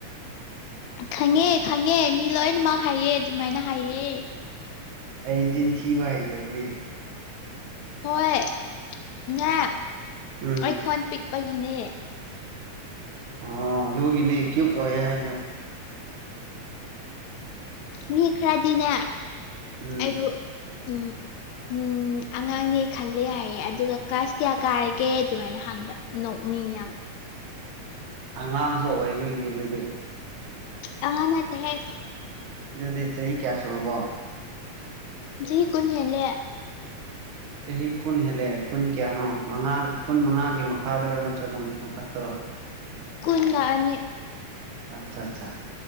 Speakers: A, on the left; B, on the right.
A: ꯈꯪꯉꯦ ꯈꯪꯉꯦ ꯃꯤ ꯂꯣꯏꯅꯃꯛ ꯍꯥꯏꯌꯦ ꯑꯗꯨꯃꯥꯏꯅ ꯍꯥꯏꯌꯦ
B: ꯑꯩ ꯆꯤꯟꯊꯤꯕ ꯍꯩꯇꯕꯅꯦ
A: ꯍꯣꯏ ꯅꯦ
B: ꯎꯝ
A: ꯑꯩꯈꯣꯟ ꯄꯤꯛꯄꯒꯤꯅꯦ
B: ꯑꯣ ꯑꯗꯨꯒꯤꯅꯦ ꯀ꯭ꯌꯨꯠ ꯑꯣꯏ ꯍꯥꯏꯗꯣ
A: ꯃꯤ ꯈꯔꯗꯤꯅꯦ
B: ꯎꯝ
A: ꯑꯩꯕꯨ ꯎꯝ ꯎꯝ ꯑꯉꯥꯡꯅꯦ ꯈꯜꯂꯦ ꯍꯥꯏꯌꯦ ꯑꯗꯨꯒ ꯀ꯭ꯂꯥꯁ ꯀꯌꯥ ꯀꯥꯔꯒꯦ ꯑꯗꯨꯃꯥꯏꯅ ꯍꯪꯕ ꯅꯣꯛꯅꯤꯡ ꯌꯥꯝ
B: ꯑꯉꯥꯡꯁꯨ ꯑꯣꯏꯕꯒꯤꯅꯤ ꯑꯗꯨꯗꯤ
A: ꯑꯉꯥꯡ ꯅꯠꯇꯦ ꯍꯦ
B: ꯑꯗꯨꯗꯤ ꯆꯍꯤ ꯀꯌꯥ ꯁꯨꯨꯕꯣ
A: ꯆꯍꯤ ꯀꯨꯟ ꯍꯦꯜꯂꯦ
B: ꯆꯍꯤ ꯀꯨꯟ ꯍꯦꯜꯂꯑꯦ ꯀꯨꯟ ꯀꯌꯥꯅꯣ ꯃꯉꯥ ꯀꯨꯟ ꯃꯉꯥꯒꯤ ꯃꯈꯥꯗꯔꯣ ꯅꯠꯇ꯭ꯔꯒ ꯃꯊꯛꯇꯔꯣ
A: ꯀꯨꯟꯒ ꯑꯅꯤ
B: ꯑꯠꯆꯥ ꯑꯠꯆꯥ